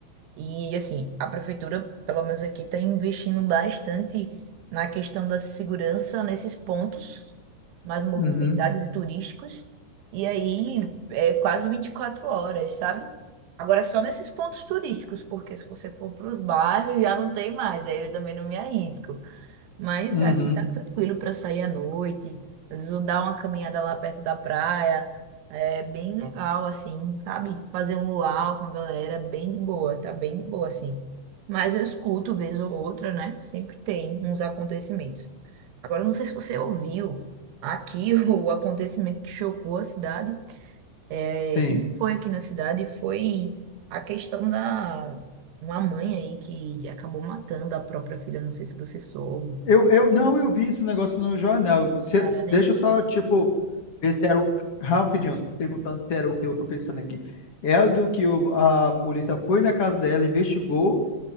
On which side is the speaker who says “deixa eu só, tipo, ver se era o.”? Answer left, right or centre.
Left